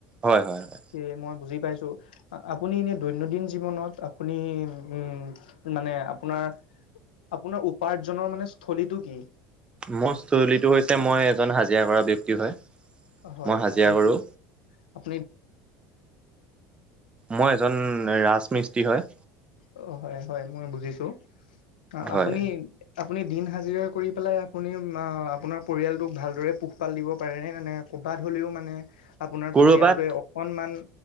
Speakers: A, on the right; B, on the left.
A: হয় হয় হয়।
B: সেয়ে মই বুজি পাইছোঁ। আপুনি এনে দৈনন্দিন জীৱনত আপুনি উম, মানে আপোনাৰ আপোনাৰ উপাৰ্জনৰ মানে স্থলীটো কি?
A: মোৰ স্থলীটো হৈছে মই এজন হাজিৰা কৰা ব্যক্তি হয়।
B: হয়,
A: মই হাজিৰা
B: আপুনি
A: কৰো
B: কি আপনি।
A: মই এজন ৰাজমিস্ত্ৰী হয়।
B: অ, হয় হয় মই বুজিছো অ,
A: হয়।
B: আপুনি। আপুনি দিন হাজিৰা কৰি পেলাই আপুনি আপোনাৰ পৰিয়ালটোক ভালদৰে পোহপাল দিব পাৰে নে মানে। ক'ৰবাত হ'লেও মানে। আপোনাৰ
A: কৰবাত
B: পৰিয়ালটোৱে অকণমান